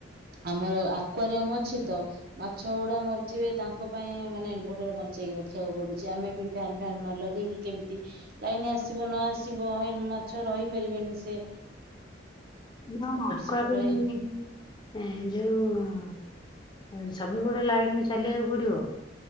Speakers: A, on the right; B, on the left.
A: ଆମର ଆକ୍ୱାରିୟମ ଅଛି ତ ମାଛ ଗୁଡା ମରିଯିବେ ତାଙ୍କ ପାଇଁ ମାନେ ଇନଭଟର ବଞ୍ଚେଇକି ରଖିବାକୁ ପଡୁଚି। ଆମେ ବି ଫେନ୍ ଫାନ ନ ଲଗେଇକି କେମିତି ଲାଇନ ଆସିବ ନ ଆସିବ ମାଛ ରହି ପାରିବେନି ସେ
B: ହ
A: ଏପଟ
B: ଆକ୍ୱାରିଅମ୍
A: ସେପଟ ହେଇ
B: ଏ ଯୋଉ ହଁ, ଏ ସବୁବେଳ ଲାଇନରେ ଚାଲିବାକୁ ପଡିବ?